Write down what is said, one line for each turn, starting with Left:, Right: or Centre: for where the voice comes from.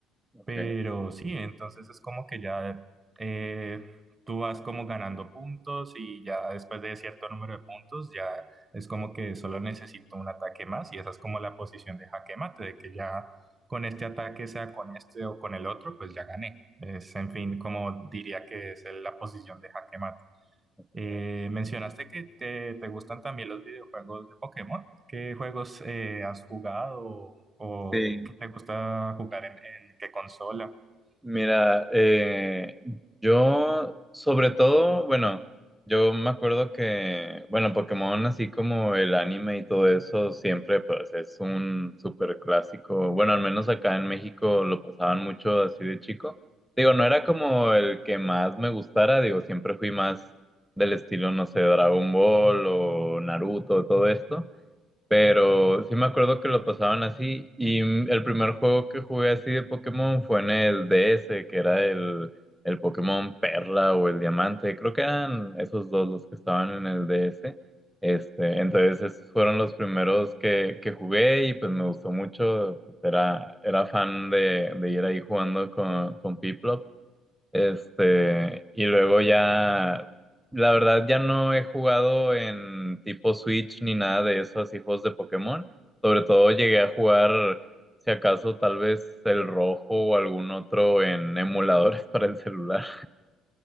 Centre: ok,
Right: Pero sí, entonces es como que ya eh, tú vas como ganando puntos y ya después de cierto número de puntos, ya es como que solo necesito un ataque más y esa es como la posición de jaque mate, de que ya con este ataque, sea con este o con el otro, pues ya gané. Es, en fin, como diría que es la posición de jaque mate.
Centre: ok.
Right: Eh, mencionaste que te, te gustan también los videojuegos de Pokémon. ¿Qué juegos eh, has jugado o o
Centre: sí.
Right: qué te gusta jugar en, en qué consola? <laughs>
Centre: Mira, eh, yo sobre todo, bueno, yo me acuerdo que, bueno, Pokémon, así como el anime y todo eso, siempre pues es un súper clásico. Bueno, al menos acá en México lo pasaban mucho así de chico. Digo, no era como el que más me gustara, digo, siempre fui más del estilo, no sé, Dragon Ball o Naruto, todo esto. Pero sí me acuerdo que lo pasaban así. Y mm, el primer juego que jugué así de Pokémon fue en el DS, que era el, el Pokémon Perla o el Diamante. Creo que eran esos dos los que estaban en el DS. Este, entonces esos fueron los primeros que, que jugué y pues me gustó mucho. Pues, era, era fan de, de ir ahí jugando con, con Piplup. Este, y luego ya, la verdad ya no he jugado en tipo Switch ni nada de eso, así juegos de Pokémon. Sobre todo llegué a jugar, si acaso, tal vez el rojo o algún otro en emuladores <laughs> para el celular.